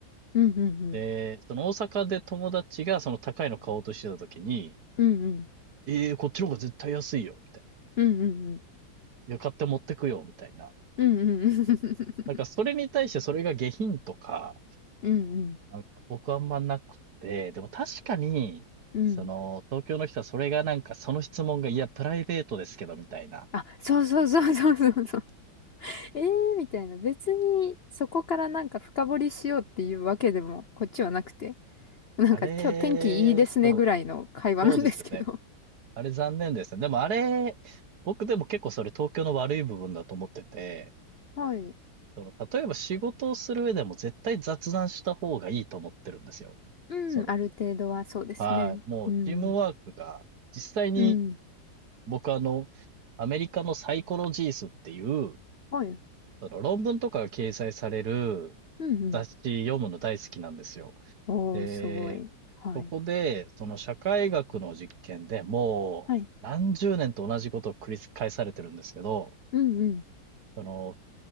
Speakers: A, on the left (about 70°); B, on the right (about 55°).
A: うんうんうん。
B: で、その大阪で友達がその高いの買おうとしてた時に、
A: うんうん。
B: えー、こっちの方が絶対安いよ、みたい
A: うんうんうん。
B: な。いや、買って持ってくよ、みたいな。
A: うんうんうん。<laughs>
B: なんかそれに対してそれが下品とか、
A: うんうん。
B: なんか僕あんまなくて、でも確かに、
A: うん
B: その、東京の人はそれがなんかその質問が、いや、プライベートですけど、みたいな。
A: あ、そうそうそうそうそうそう。<laughs> えー、みたいな。別にそこからなんか深掘りしようっていうわけでもこっちはなくて。なんか今日天気いいですねぐらいの会話なんですけど。
B: あれ、そう、そうですよね。あれ残念ですね。でもあれ、僕でも結構それ東京の悪い部分だと思ってて、
A: はい。
B: その、例えば仕事をする上でも絶対雑談した方がいいと思ってるんですよ。
A: うん、
B: その、
A: ある程度はそうですね。
B: はい、もうチームワークが実際に
A: うん。うん。
B: 僕あの、アメリカのサイコロジースっていう、
A: はい。
B: その論文とかが掲載される
A: うんうん。
B: 雑誌読むの大好きなんですよ。
A: おー、
B: で、
A: すごい。はい。
B: で、その社会学の実験でもう何十年と同じことを繰り返されてるんですけど、
A: はい。うんうん。
B: その